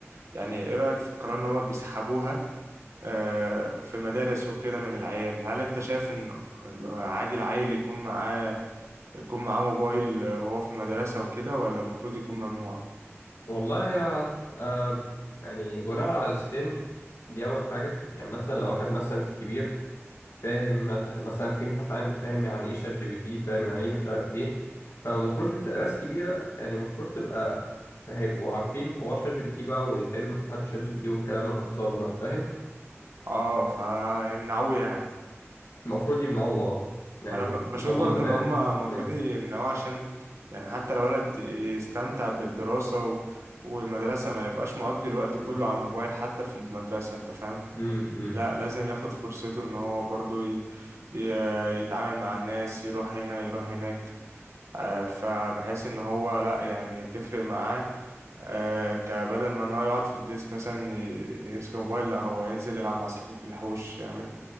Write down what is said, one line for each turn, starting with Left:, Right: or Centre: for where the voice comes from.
Right: يعني ايه رأيك في القرار ان هما بيسحبوها آه، في مدارس وكده من العيال هل انت شايف ان عادي العيل يكون معاه يكون معاه موبايل وهو في المدرسة وكده ولا المفروض يكون ممنوع
Left: والله هي هتبقى يعني بناء على السن دي اول حاجه يعني مثلا لو واحد مثلا كبير فاهم مس- مثلا في امتحان فاهم يعني ايه شات جي بي تي فاهم يعني ايه مش عارف ايه فالمفروض دي بتبقى ناس كبيرة يعني المفروض تبقى هيبقوا عارفين حوار شات جي بي تي بقى ويحلوا امتحان شات جي بي تي والكلام الهكسان ده فاهم
Right: اه فيمنعوه يعني
Left: المفروض يمنعوه اه يعني
Right: انا ب-
Left: في
Right: بشوف
Left: معظم
Right: برضو
Left: المدارس
Right: ان هم المفروض
Left: منع
Right: يمنعوه عشان يعني حتى لو ولد يستمتع بالدراسة و... والمدرسة ما يبقاش مقضي الوقت
Left: <laughs>
Right: كله على الموبايل حتى في المدرسة انت فاهم
Left: امم امم.
Right: لا لازم ياخد فرصته ان هو برضو ي... ي... يتعامل مع الناس يروح هنا يروح هناك آه، فبحيث ان هو لا يعني تفرق معاه آه، كبدل ما ان هو يقعد في الديسك مثلا ي... يمسك الموبايل لا هو ينزل يلعب مع اصحابه في الحوش يعمل